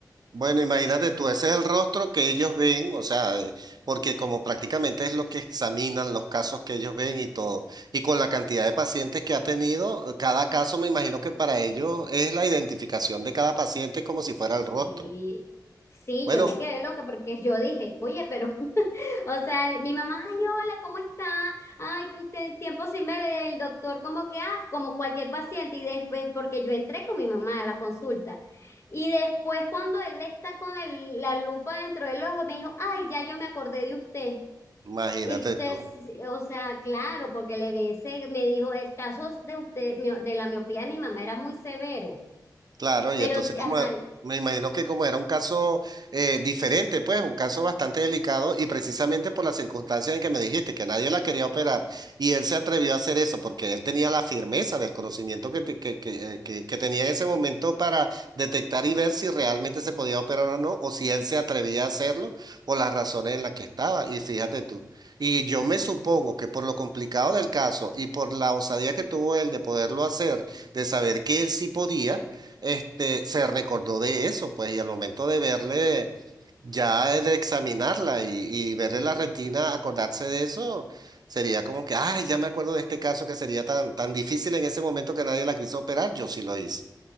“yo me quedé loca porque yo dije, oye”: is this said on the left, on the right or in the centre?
Left